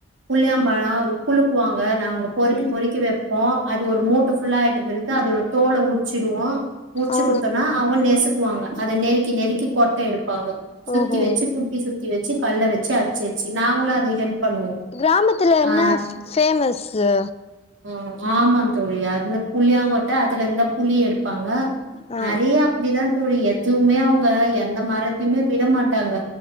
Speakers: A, on the right; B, on the left.
A: புள்யா மரோ குழுக்குவாங்க நாங்க பொறுக்கி
B: ம்
A: பொறுக்கி வெப்போ அது ஒரு மூட்ட ஃபுல்லா ஆய்ட்ட பெறகு அதோட தோல உர்ச்சிடுவோ உர்ச்சி
B: ஆ
A: குட்த்தன்னா அவுங்க நெசுக்குவாங்க அத நெருக்கி நெருக்கி கொட்ட எடுப்பாங்க சுத்தி
B: ஓஹோ
A: வெச்சி கு த்தி சுத்தி வெச்சி கல்ல வெச்சி அச்சு அச்சு நாங்களு அது ஹெல்ப் பண்ணுவோ
B: கிராமத்துல என்ன
A: ஆ
B: ஃப் ஃபேமஸ்ஸு
A: ஆ ஆமாங் தோழி அந்த புள்யாங்கொட்ட அதுலர்ந்த் தா புளியெடுப்பாங்க
B: ஆ
A: நறைய அப்டிதா தோழி எதுமே அவுங்க எந்த மரத்தைமே விட மாட்டாங்க